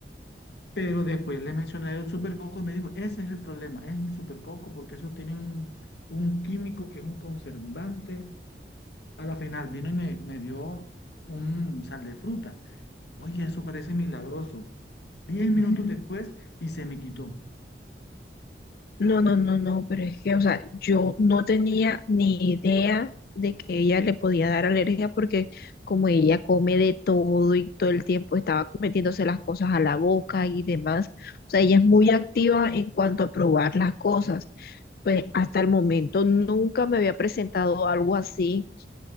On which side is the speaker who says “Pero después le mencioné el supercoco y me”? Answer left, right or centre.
Left